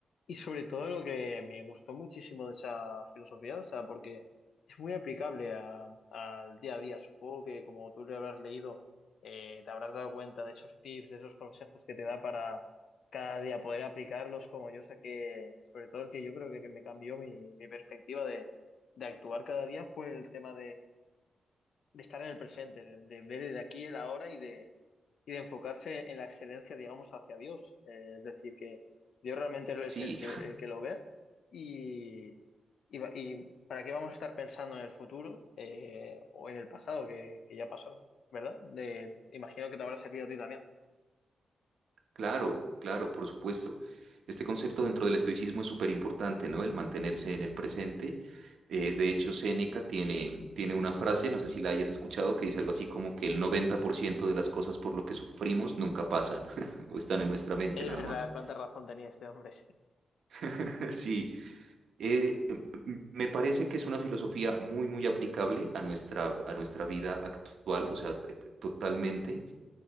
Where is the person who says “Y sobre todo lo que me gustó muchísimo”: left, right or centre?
Left